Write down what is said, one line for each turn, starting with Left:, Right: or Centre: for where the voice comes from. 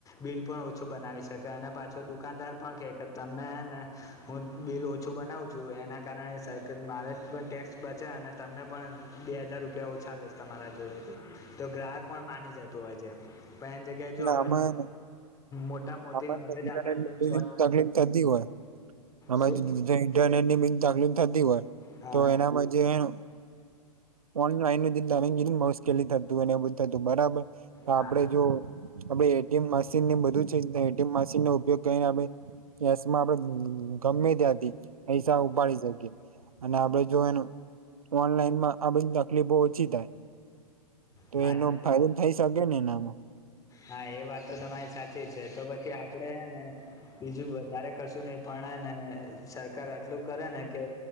Left: બિલ પણ ઓછું બનાવી શકે અને પાછો દુકાનદાર પણ કેય કે તમને હેને હું બિલ ઓછું બનાવું છું એના કારણે સર કે મારે પણ ટેક્સ બચે અને તમને પણ બે હજાર રૂપિયા ઓછા લઈશ તમારા જોડેથી તો ગ્રાહક પણ માની જતો હોય છે પણ એની જગ્યા એ જો હવે
Right: આમાં
Left: મોટા મોટી
Right: આમાં
Left: નોટ જ
Right: ઇન્ટરનેટ
Left: આપણેે
Right: તકલીફ થતી હોય એમાં
Left: શું
Right: જો ડિજિટલ ઇન્ટરનેટની બી તકલીફ થતી હોય
Left: હા
Right: તો એના પછી અ ઓનલાઈન ને જે તમે કીધું એ મુશ્કેલી થતી હોઈ અને એ બધુ થતું હોય બરાબર તો
Left: હા
Right: આપડે જો હવે એટીએમ મશીનને બધું છે તો એટીએમ મશીનનો ઉપયોગ કરીને આપડે કેશ માં આપડે ગમે ત્યાંથી પૈસા ઉપાડી શકીએ. અને આપડે જોવાનું ઓનલાઈનમાં આ બધી તકલીફો ઓછી થાય. તો
Left: હા
Right: એનો ફાઇલ થઈ શકે ને એનામાં
Left: હા એ વાત તો તમારી સાચી છે તો પછી આપડે હેને બીજું વધારે કશું નહી પણે હેને સરકાર એટલું કરે ને કે